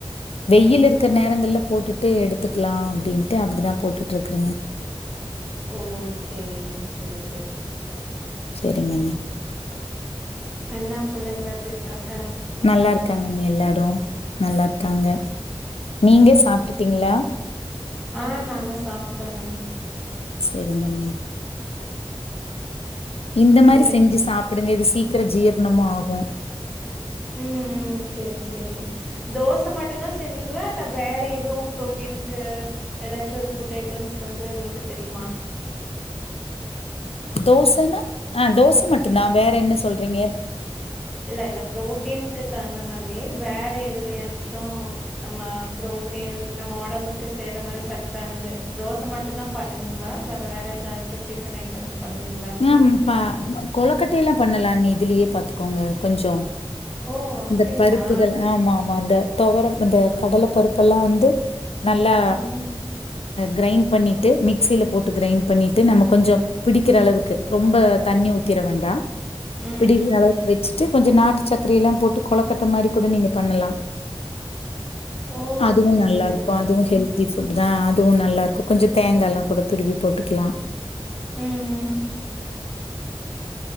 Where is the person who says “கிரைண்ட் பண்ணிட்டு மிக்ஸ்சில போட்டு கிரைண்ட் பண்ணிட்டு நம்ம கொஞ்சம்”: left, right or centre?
Left